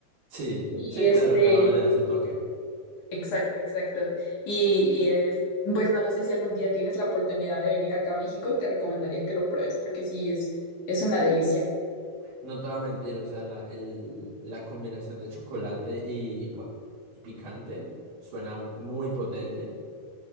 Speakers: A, on the right (about 70°); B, on the left (about 55°).
A: Sí,
B: Y
A: sí,
B: este,
A: claro, cada uno le da su toque.
B: exacto, exacto. Y, y es- pues no lo sé si algún día tienes la oportunidad de venir acá a México, te recomendaría que lo pruebes porque sí es, es una delicia.
A: No te voy a mentir, o sea, la, el, la combinación de chocolate y, bueno, y picante suena muy potente,